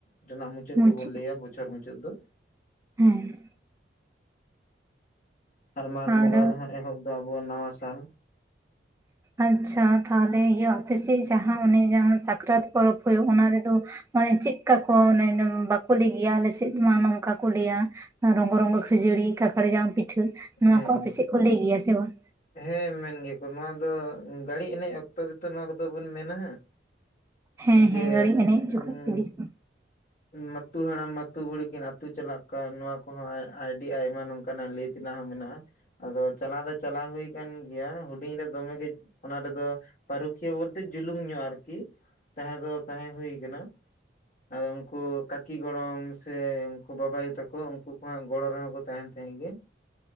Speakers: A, on the left; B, on the right.
A: ᱨᱮᱱᱟᱜ ᱢᱩ ᱪᱟᱹᱫ
B: ᱢᱩᱪᱟᱹᱫ
A: ᱜᱮᱵᱚᱱ ᱞᱟᱹᱭᱟ ᱵᱚᱪᱷᱚᱨ ᱢᱩᱪᱟᱹᱫ ᱫᱚ᱾
B: ᱦᱮᱸ᱾
A: ᱦᱮᱸ᱾ ᱢᱟᱜᱽ
B: ᱟᱨ
A: ᱵᱚᱸᱜᱟ ᱫᱚ ᱦᱟᱸᱜ ᱮᱦᱚᱵ ᱫᱚ ᱟᱵᱚᱣᱟᱜ ᱱᱟᱣᱟ ᱥᱟᱞ᱾
B: ᱟᱪᱪᱷᱟ ᱛᱟᱦᱞᱮ ᱤᱭᱟᱹ ᱟᱯᱮ ᱥᱮᱫ ᱡᱟᱦᱟᱸ ᱚᱱᱮ ᱡᱟᱦᱟᱸ ᱥᱟᱠᱨᱟᱛ ᱯᱚᱨᱚᱵᱽ ᱦᱩᱭᱩᱜ ᱚᱱᱟ ᱨᱮᱫᱚ ᱢᱟᱱᱮ ᱪᱮᱫᱠᱟ ᱠᱚ ᱢᱟᱱᱮ ᱚᱱᱮ ᱵᱟᱠᱚ ᱞᱟᱹᱭ ᱜᱮᱭᱟ ᱟᱞᱮᱥᱮᱫ ᱢᱟ ᱱᱚᱝᱠᱟ ᱠᱚ ᱞᱟᱹᱭᱟ ᱨᱚᱝᱜᱚ ᱨᱚᱝᱜᱚ ᱠᱷᱟᱹᱡᱟᱹᱲᱤ ᱠᱟᱠᱟᱲ ᱡᱟᱱ ᱯᱤᱴᱷᱟᱹ ᱱᱚᱣᱟ
A: ᱦᱮᱸ
B: ᱠᱚ
A: ᱦᱮᱸ
B: ᱟᱯᱮ ᱥᱮᱫ ᱠᱚ ᱞᱟᱹᱭ ᱜᱮᱭᱟ ᱥᱮ ᱵᱟᱝ?
A: ᱦᱮᱸ ᱢᱮᱱ ᱜᱮᱭᱟ ᱠᱚ᱾ ᱱᱚᱣᱟ ᱫᱚ ᱜᱟᱹᱲᱤ ᱮᱱᱮᱡ ᱚᱠᱛᱚ ᱜᱮᱛᱚ ᱱᱚᱣᱟ ᱠᱚᱫᱚ ᱵᱚᱱ ᱢᱮᱱᱟ ᱦᱟᱜ᱾
B: ᱦᱮᱸ
A: ᱡᱮ
B: ᱦᱮᱸ ᱜᱟᱹᱲᱤ ᱮᱱᱮᱡ
A: ᱩᱸ
B: ᱡᱚᱠᱷᱚᱡ ᱤᱫᱤ ᱠᱚ
A: ᱢᱟᱛᱩ ᱦᱟᱲᱟᱢ ᱢᱟᱛᱩ ᱵᱩᱲᱦᱤ ᱠᱤᱱ ᱟᱹᱛᱩ ᱪᱟᱞᱟᱜ ᱠᱟᱱ, ᱱᱚᱣᱟ ᱠᱚᱦᱚᱸ ᱟᱭ-ᱟᱹᱰᱤ ᱟᱭᱢᱟ ᱱᱚᱝᱠᱟᱱᱟᱜ ᱞᱟᱹᱭᱮᱛ ᱛᱤᱱᱟᱹᱜ ᱦᱚᱸ ᱢᱮᱱᱟᱜᱼᱟ᱾ ᱟᱫᱚ ᱪᱟᱞᱟᱣ ᱫᱚ ᱪᱟᱞᱟᱣ ᱦᱩᱭ ᱟᱠᱟᱱ ᱜᱮᱭᱟ ᱦᱩᱰᱤᱧ ᱨᱮ ᱫᱚᱢᱮ ᱜᱮ ᱚᱱᱟ ᱨᱮᱫᱚ ᱯᱟᱹᱨᱩᱠᱷᱤᱭᱟᱹ ᱵᱚᱞᱛᱮ ᱡᱩᱞᱩᱝ ᱧᱚᱜᱼᱟ ᱟᱨᱠᱤ᱾ ᱛᱟᱦᱮᱸ ᱫᱚ ᱛᱟᱦᱮᱸ ᱦᱩᱭ ᱠᱟᱱᱟ᱾ ᱟᱫᱚᱢ ᱠᱩ ᱠᱟᱹᱠᱤ ᱜᱚᱲᱚᱢ ᱥᱮ ᱩᱱᱠᱩ ᱵᱟᱵᱟᱭᱩ ᱛᱟᱠᱚ ᱩᱱᱠᱩ ᱠᱚ ᱦᱟᱜ ᱜᱚᱲᱚ ᱨᱮᱦᱚᱸ ᱠᱚ ᱛᱟᱦᱮᱱ ᱛᱟᱦᱮᱸᱜ ᱜᱮ᱾